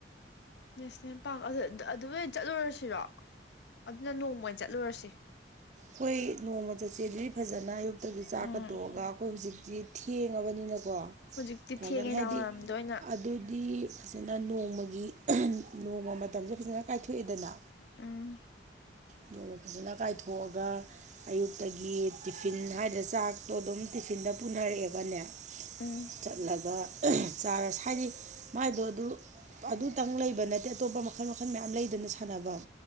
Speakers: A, on the left; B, on the right.
A: ꯅꯦꯁꯅꯦꯜ ꯄꯥꯔꯛ ꯑꯗꯨ ꯑꯗ ꯑꯗꯨꯗ ꯑꯣꯏꯅ ꯆꯠꯂꯨꯔꯁꯤꯔꯣ ꯑꯗꯨꯅ ꯅꯣꯡꯃ ꯑꯣꯏ ꯆꯠꯂꯨꯔꯁꯦ
B: ꯈꯣꯏ ꯅꯣꯡꯃ ꯆꯠꯁꯦꯗꯤ ꯐꯖꯅ ꯑꯌꯨꯛꯇꯒꯤ ꯆꯥꯛꯀ
A: ꯎꯝ
B: ꯇꯣꯛꯉꯒ ꯑꯩꯈꯣꯏ ꯍꯧꯖꯤꯛꯇꯤ ꯊꯦꯡꯉꯕꯅꯤꯅꯀꯣ
A: ꯍꯧꯖꯤꯛꯇꯤ
B: ꯐꯖꯅ
A: ꯊꯦꯡꯉꯦ ꯅꯨꯡꯗꯥꯡ
B: ꯍꯥꯏꯗꯤ
A: ꯋꯥꯏꯔꯝꯗ ꯑꯣꯏꯅ
B: ꯑꯗꯨꯗꯤ ꯐꯖ ꯐꯖꯅ ꯅꯣꯡꯃꯒꯤ ꯅꯣꯡꯃ ꯃꯇꯝꯁꯦ ꯐꯖꯅ ꯀꯥꯏꯊꯣꯛꯑꯦꯗꯅ
A: ꯎꯝ
B: ꯑꯗꯨꯒ ꯐꯖꯅ ꯀꯥꯏꯊꯣꯛꯑꯒ ꯑꯌꯨꯛꯇꯒꯤ ꯇꯤꯐꯤꯟ ꯍꯥꯏꯗ꯭ꯔ ꯆꯥꯛꯇꯣ ꯑꯗꯨꯝ ꯇꯛꯐꯤꯟꯗ ꯄꯨꯅꯔꯛꯑꯒꯅꯦ
A: ꯎꯝ
B: ꯆꯠꯂꯒ ꯆꯥꯔ ꯍꯥꯏꯗꯤ ꯃꯥꯏꯗꯣ ꯑꯗꯨ ꯑꯗꯨꯇꯪ ꯂꯩꯕ ꯅꯠꯇꯦ ꯑꯇꯣꯞꯄ ꯃꯈꯜ ꯃꯈꯜ ꯃꯌꯥꯝ ꯂꯩꯗꯅ ꯁꯥꯟꯅꯕꯝ